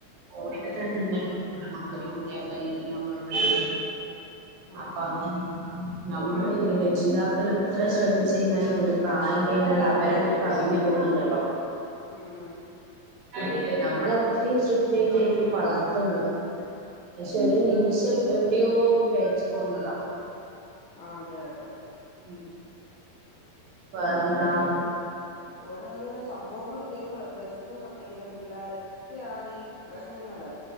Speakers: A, on the right; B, on the left.
A: പോയിട്ട്
B: അതെ
A: തന്നെ ഉണ്ട- ആതിമാരി കുട്ടിയാക്കെല്ലാം വേണ്ടുന്നുണ്ട്
B: അതെ
A: അപ്പ അങ്ങനെ-
B: അതെ
A: നമ്മള് രക്ഷിതാക്കളെത്ര ശ്രദ്ധിച്ചയ്ഞ്ഞാലും- ഒരു പ്രായം കഴിഞ്ഞാലവരങ്ങ് കവിഞ്ഞു പോകുന്നുണ്ടല്ലോ
B: ഉം
A: അത നമ്മളത്രയും സ്ട്രിക്റ്റ് ആയിട്ടായിരിക്കും വളർത്തുന്നത് പക്ഷെ ഒരു നിമിഷം എവിടെയോ ഒന്ന് പെഴച്ചു പോവുന്നതാ
B: ആ അതെ അതെ
A: ഉം വേറന്താ?
B: ഓരോരോ സംഭവങ്ങള് കേൾക്കുളേ പ്ലസ് ടു പഠിക്കുന്ന പിള്ളോരൊക്കെയാണ് പ്രശ്നങ്ങള്